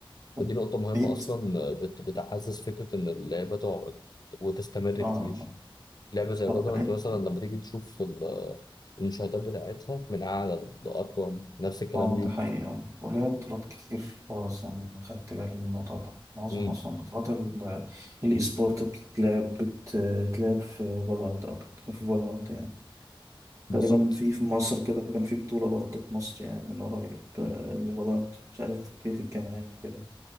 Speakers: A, on the right; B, on the left.
A: طب
B: فدي نقطة مهمة
A: بعيد
B: أصلا بت- بتعزز فكرة إن اللعبة تقعد وتستمر
A: اه
B: كتير
A: آه.
B: لعبة زي
A: طب
B: فالورانت
A: بعيد
B: أنت مثلا لما تيجي تشوف ال- المشاهدات بتاعتها من أعلى الأرقام نفس الكلام
A: اه
B: ليك
A: ده حقيقي اه وليا بطولات كتير خالص يعني خدت بالي من الموضوع ده معظم
B: مم.
A: اصلا بطولات ال- الاي سبورت بتتلعب بتتلعب في فالورانت او بتكون في فالورانت يعني
B: بالظبط
A: تقريبا في في مصر كده كان في بطولة برضه في مصر يعني من قريب آه، لفالورانت مش عارف كتير في الجامعات كده